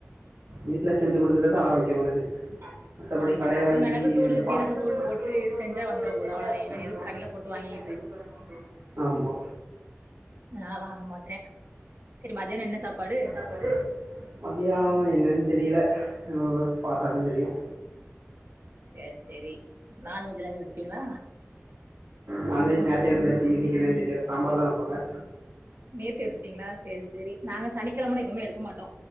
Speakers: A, on the right; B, on the right.
A: வீட்ல செஞ்சு குடுக்கறது ஆரோக்கியமானது மத்தபடி
B: ஆமா
A: கடையில
B: அது
A: வாங்கி
B: மிளகுத்தூளு
A: இந்த மெளகு
B: ஜீரகத்தூள்
A: தூளு
B: போட்டு
A: சீரகத்துளு
B: செஞ்சா
A: போட்டு
B: வந்துர போது
A: செஞ்சா
B: அவ்வளதே
A: வந்துறப்
B: அது
A: போது
B: எதுக்கு கடையில போட்டு
A: எதுக்கு
B: வாங்கிக்கிட்டு
A: கடலே போட்டு வாங்கிட்டு ஆமா
B: நா வாங்க மாட்டே சரி மதியான என்ன சாப்பாடு
A: பாடு மத்தியான என்னன் தெரியல உம் பாத்தா தா தெரியும்
B: சேரி சேரி நான்வெஜ்லா எதுவு எடுப்பீங்களா
A: நான்வெஜ் நேத்தே எடுத்தாச்சு இன்னைக்கி என்னன்னு தெரியல சாம்பார் தா வப்பாங்க
B: நேத்து எடுத்துட்டீங்களா சேரி சேரி நாங்க சனிக்கெழமெனா எதுவுமே எடுக்க மாட்டோ